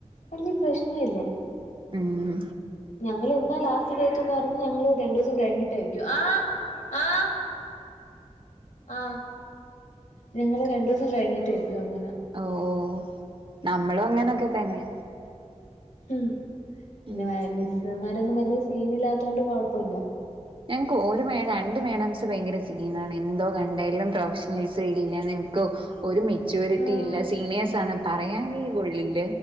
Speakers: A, on the left (about 85°); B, on the right (about 45°).
A: വല്യ പ്രശ്നലാ
B: ഉം
A: ഞങ്ങള് ഇന്നാലാസ്റ്റ് ഡേറ്റ്ന്ന് പറഞ്ഞ ഞങ്ങള് രണ്ടു ദിവസം കഴിഞ്ഞിട്ടേ വെക്കു ആഹ് ആഹ് ആഹ് ഞങ്ങള് രണ്ടു ദിവസം കഴിഞ്ഞിട്ടേ വെക്കു അങ്ങനെ
B: ഓഹ് ഓഹ് നമ്മളും അങ്ങനക്കെ തന്നെ
A: ഉം പിന്നെ
B: ഉം
A: മിസ്സ്‌മാര് രൊന്നും വല്യ സീനില്ലാത്തോണ്ട് കൊഴപ്പഇല്ല
B: ഞങ്ങക്ക് ഒരു മേഡ രണ്ട് മേഡംസ് ഭയങ്കര സീനാണ് എന്തോ രണ്ടേലും പ്രൊഫഷണൽ <unintelligible> നിക്കോ ഒരു മെച്യൂരിറ്റി
A: ആ
B: ഇല്ല സീനിയേഴ്സ് ആണ് പറയാനേ കൊള്ളില്ല